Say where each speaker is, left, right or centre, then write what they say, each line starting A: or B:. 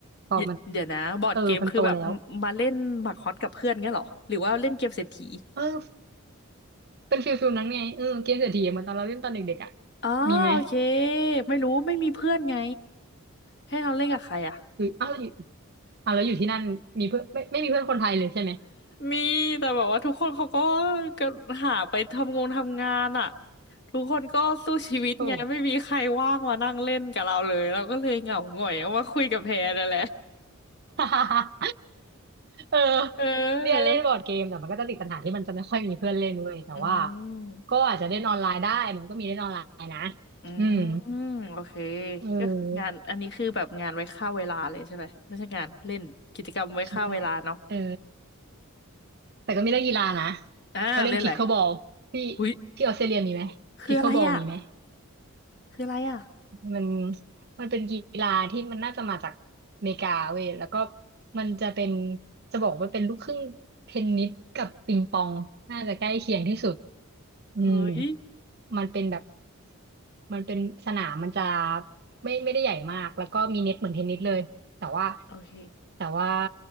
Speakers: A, on the right; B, on the left.
A: พอมัน
B: เดี๋ยวเดี๋ยวนะบอร์ดเกมคือแบบมาเล่นหมากฮอตกับเพื่อนเงี้ยเหรอหรือว่าเล่นเกมเศรษฐี
A: เออมันโตแล้วเออเป็นฟิลฟิลนั้นไงเออเกมเศรษฐีเหมือนตอนเราเล่นตอนเด็กๆอ่ะ
B: อ๋อโอเค
A: มีไหม
B: ไม่รู้ไม่มีเพื่อนไงให้เราเล่นกับใครอ่ะ
A: หรืออ้าวแล้วอยู่อ้าวแล้วอยู่ที่นั่นมีเพื่อนไม่ไม่มีเพื่อนคนไทยเลยใช่ไหม
B: มีแต่แบบว่าทุกคนเขาก็ก็หาไปทำงงทำงานอ่ะทุกคนก็สู้ชีวิตไงไม่มีใครว่างมานั่งเล่นกับเราเลยเราก็เลยเหงาหงอยเอามาคุยกับแพรนั่นแหละ
A: โอ้ <laughs> เออ
B: เออ
A: เนี่ยเล่นบอร์ดเกมแต่มันก็จะติดปัญหาที่มันจะไม่ค่อยมีเพื่อนเล่นเว้ยแต่ว่า
B: อืม
A: ก็อาจจะเล่นออนไลน์ได้มันก็มีเล่นออนไลน์นะ
B: อืม
A: อืม
B: โอเค
A: เออ
B: ก็คืองานอันนี้คือแบบงานไว้ฆ่าเวลาเลยใช่ไหมไม่ใช่งานเล่นกิจกรรมไว้ฆ่าเวลาเนาะ
A: ใช่เออแต่ก็มีเล่นกีฬานะ
B: อ่าเล่นอะไร
A: ก็เล่นพิคเคิลบอลที่
B: หุย
A: ที่ออสเตรเลียมีไหมพิคเคิลบอลมีไหม
B: คืออะไรอ่ะคืออะไรอ่ะ
A: มันมันเป็นกีฬาที่มันน่าจะมาจากอเมริกาเว้ยแล้วก็มันจะเป็นจะบอกว่าเป็นลูกครึ่งเทนนิสกับปิงปองน่าจะใกล้เคียงที่สุด อืม
B: เฮ้ย
A: มันเป็นแบบมันเป็นสนามมันจะไม่ไม่ได้ใหญ่มากแล้วก็มีเน็ตเหมือนเทนนิสเลยแต่ว่า
B: โอเค
A: แต่ว่า